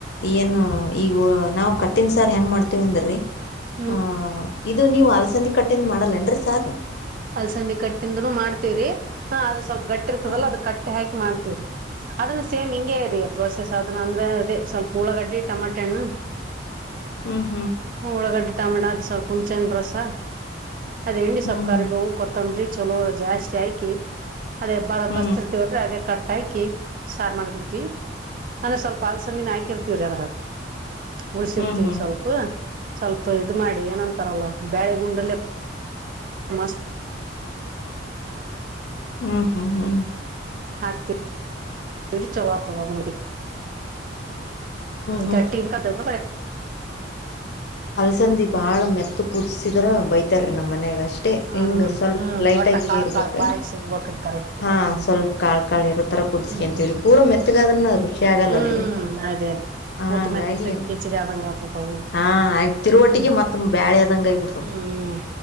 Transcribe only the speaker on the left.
ಏನು ಈ ನಾವು ಕಠಿನ್ ಸಾರ್ ಹೆಂಗ್ ಮಾಡ್ತೀವ ಅಂದೀ
ಆ ಇದು ನೀವು ಅಲಸಂದಿ ಕಟ್ಟೆಯಿಂದ ಮಾಡಲ್ಲೇನ್ರರಿ ಸಾರ್
ಹ್ಮ
ಹ್ಮ
ಹ್ಮ್
ಹ್ಮ್
ಹ್ಮ್ ಹ್ಮ್ ಹ್ಮ್
ಹ್ಮ್ ಹ್ಮ್ ಹ್ಮ್
ಹ್ಮ್
ಸಂದಿ ಬಾಳ ಮೆತ್ತ ಕುದಸಿದ್ರ ಬೈತಾರೀ ನಮ್ಮ ಮನಯಾಗ ಅಷ್ಟೇ
ಹಿಂಗ ಸ್ವಲ್ಪ
ಲೈಟ್
ಆಗಿ
ಇರ್ಬೇಕ
ಹಾ
ಸ್ವಲ್ಪ ಕಾಳ್ ಕಾಳ ಇರುತ್ತೆ ತರ ಕುದ್ಕ
ಅಂತೀವರಿ ಪೂರ ಮೆತ್ಗಾದ್ರ ಖುಷಿ ಆಗಲ್ಲಲ್ರಿ
ಹಂಗಾಗಿ
ಹಾ ಆಯ ತಿರುವರುವಟಿಗೆ
ಮತ್ತ ಬ್ಯಾಳೆದಂಗ ಆಗಬಿಡ್ತದ